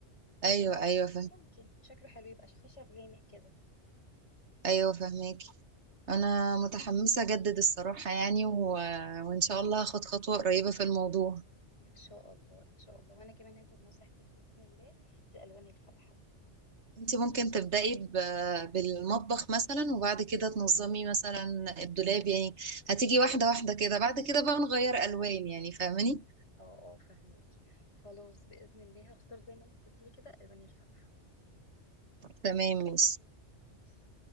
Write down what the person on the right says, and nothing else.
ايوه
ايوه فهم
ايوه فهماكي انا متحمسة اجدد الصراحة يعني و... وان شاء الله هاخد خطوة قريبة في الموضوع
انت ممكن تبدأي ب- بالمطبخ مثلا وبعد كده تنظمي مثلا الدولاب يعني هتيجي واحدة واحدة كده بعد كده بقى نغير ألوان يعني فاهماني
تمام ماشي